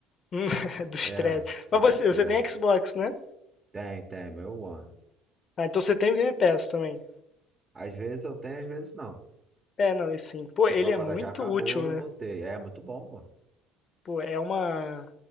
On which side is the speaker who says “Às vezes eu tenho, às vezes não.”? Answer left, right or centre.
Right